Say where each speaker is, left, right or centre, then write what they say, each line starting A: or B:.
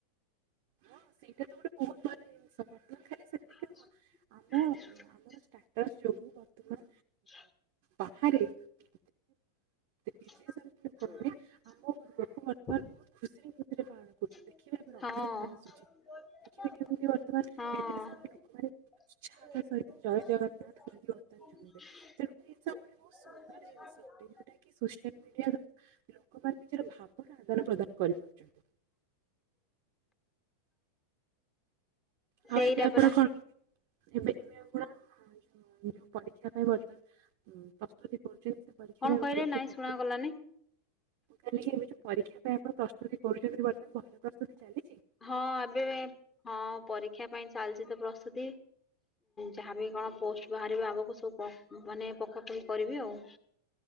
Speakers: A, on the right; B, on the left.
A: ହଁ ସେଇଟା ତ ଗୋଟେ ବହୁତ ଭଲ ଜିନିଷ ବର୍ତ୍ତମାନ ଖାଲି ସେତିକି
B: <inaudible>
A: ନୁହଁ ଆମ ଆମର ଷ୍ଟାଟସ ଯୋଗୁ ବର୍ତ୍ତମାନ
B: ଝା
A: ବାହାରେ ମାନେ ବିଦେଶରେ
B: ନିହାତି।
A: ଲୋକମାନେ ଆମ ପର୍ବକୁ ବର୍ତ୍ତମାନ ବହୁତ ଖୁସିରେ ଖୁସିରେ ପାଳନ
B: ହଁ,
A: କରୁଛନ୍ତି ଦେଖିବେ ଏବେ ରଥଯାତ୍ରା ଆସୁଛି ଦେଖିବେ କେମିତି
B: ହଁ,
A: ବର୍ତ୍ତମାନ ବିଦେଶର ଲୋକମାନେ ଉତ୍ସାହର ସହିତ ଜୟ ଜଗନ୍ନାଥ। କହିକି
B: <inaudible>
A: ବର୍ତ୍ତମାନ ଝୁମିବେ ତେଣୁକରି ଏସବୁ ଗୋଟେ ବହୁତ ସୁନ୍ଦର ଜିନିଷ ଅଟେ ଯୋଉଟା ସୋସିଆଲ ମିଡିଆ ଦ୍ଵାରା ଲୋକମାନେ ନିଜର ଭାବର ଆଦାନ ପ୍ରଦାନ କରିପାରୁଛନ୍ତି। ଆଉ
B: ସେଇଟା
A: ଏବେ ଆପଣ
B: ପରା
A: କଣ? ଏବେ ଏବେ ଆପଣ ଯୋଉ ଯଉଁ ପରୀକ୍ଷା ପାଇଁ ବର୍ତ୍ତମାନ ଉଁ, ପ୍ରସ୍ତୁତି କରୁଛନ୍ତି ସେ ପରୀକ୍ଷା
B: କଣ
A: ପାଇଁ
B: କହିଲେ
A: ଭଲ ପ୍ରି-
B: ନାଇଁ
A: ପ୍ରସ୍ତୁତି
B: ଶୁଣା ଗଲାନି?
A: କାଲିକି ଏବେ ଯୋଉ ପରୀକ୍ଷା ପାଇଁ ଆପଣ ପ୍ରସ୍ତୁତି କରୁଛନ୍ତି ବର୍ତ୍ତମାନ ଭଲ ପ୍ରସ୍ତୁତି ଚାଲିଛି?
B: ହଁ, ଏବେ ହଁ ପରୀକ୍ଷା ପାଇଁ ଚାଲିଛି ତ ପ୍ରସ୍ତୁତି। ଯାହାବି କଣ ପୋଷ୍ଟ ବାହାରିବ, ଆଗକୁ ସବୁ ମାନେ ପକା ପକି କରିବି ଆଉ।